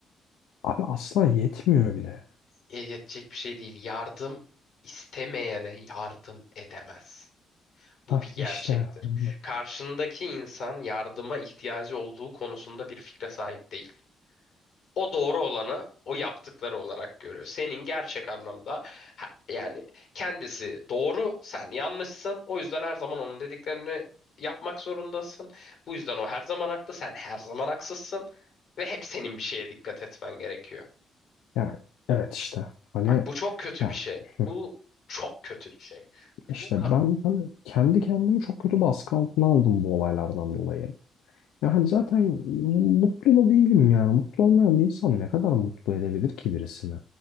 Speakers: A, on the left; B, on the left.
A: Abi asla yetmiyor bile.
B: yetecek bir şey değil. Yardım istemeyene yardım edemez. Bu
A: Hah
B: bir gerçektir.
A: işte hani
B: Karşındaki insan yardıma ihtiyacı olduğu konusunda bir fikre sahip değil. O doğru olanı o yaptıkları olarak görüyor. Senin gerçek anlamda ha- yani kendisi doğru, sen yanlışsın. O yüzden her zaman onun dediklerini yapmak zorundasın. Bu yüzden o her zaman haklı, sen her zaman haksızsın ve hep senin bir şeye dikkat etmen gerekiyor.
A: Ya evet işte hani
B: Bak bu çok kötü
A: ya
B: bir şey.
A: hı,
B: Bu çok kötü bir şey.
A: işte
B: Bu kan.
A: ben hani kendi kendimi çok kötü baskı altına aldım bu olaylardan dolayı. Ya hani zaten mutlu da değilim yani. Mutlu olmayan bir insan ne kadar mutlu edebilir ki birisini?